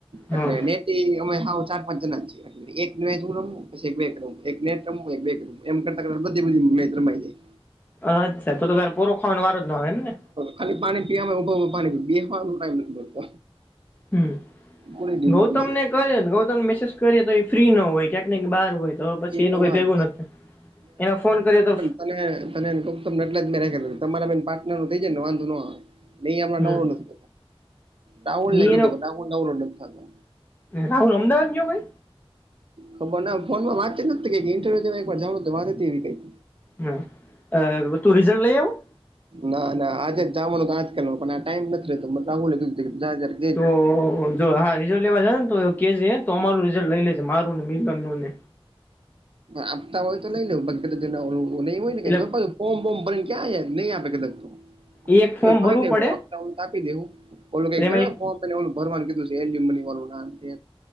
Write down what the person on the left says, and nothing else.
હા
અચ્છા તો તારે પ પોરો ખાવાનું વારો જ ન આવે એમ ને?
હમ
ગૌતમ
ને કરીએ ગૌતમ મેસેજ કરીએ તો ફ્રી ન હોય ક્યાંક ક બહાર હોય. તો પછી
એનું કોઈ
ભેગું નથી એના ફોન કરીએ તો
હમ
એનો
રાહુલ અમદાવાદ ગયો ભઇ?
હા તું રિઝલ્ટ લઈ આવું?
તો જો હા રિઝલ્ટ લેવા જ ને તો કે છે તો અમારું રિઝલ્ટ લઈ લેજ મારું ને મિલન નુંને
એટલે
એ એક
ફોર્મ
ભરવું
પડે
એટલે
એમાં